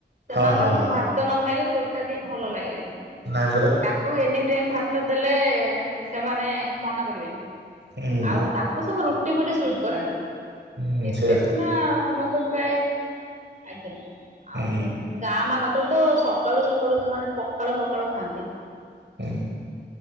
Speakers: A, on the right; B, on the right.
A: ସେମାନ
B: ହଁ ହଁ
A: ତ ନଖାଇଲେ ଟୋଟାଲି ଭଲ ଲାଗେନି।
B: ନାଇଁ ପରା।
A: ତାଙ୍କୁ ଏନି ଟାଇମ ଭାତ ଦେଲେ ସେମାନେ ମନା କରିବେନି।
B: ହୁଁ
A: ଆଉ ତାଙ୍କୁ ସବୁ ରୁଟି ଫୁଟି ସୁଟ କରେ ନା।
B: ହୁଁ
A: ଏବେ
B: ସେଇଆ
A: ସିନା
B: ତ
A: ସମସ୍ତେ ପ୍ରାୟ ଆଜ୍ଞା
B: ହୁଁ
A: ଆଉ ଗାଁ ମାନଙ୍କର ତ ସକାଳୁ ସକାଳୁ ଯୋଉମାନେ ପଖାଳ ଫଖାଳ ଖାଆନ୍ତି।
B: ହୁଁ